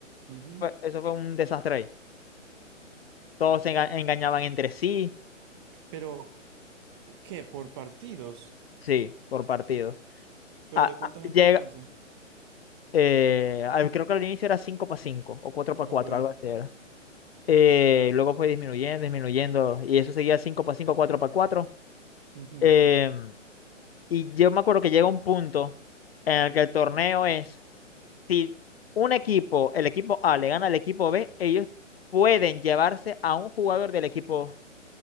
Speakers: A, on the right; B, on the left.
A: Ujú,
B: Fue- eso fue un desastre ahí. Todos se enga- engañaban entre sí,
A: Pero, ¿qué? ¿Por partidos?
B: sí, por partido.
A: ¿Pero
B: Ah,
A: de cuánta
B: ah,
A: gente
B: llega,
A: entonces?
B: eh, al- creo que al inicio era 5 para 5 o 4 para
A: Ok.
B: 4, algo así era. Eh, luego fue disminuyendo, disminuyendo, y eso seguía 5 para 5, 4 para 4.
A: ujú.
B: Em, y yo me acuerdo que llega un punto en el que el torneo es, si un equipo, el equipo A le gana al equipo B, ellos pueden llevarse a un jugador del equipo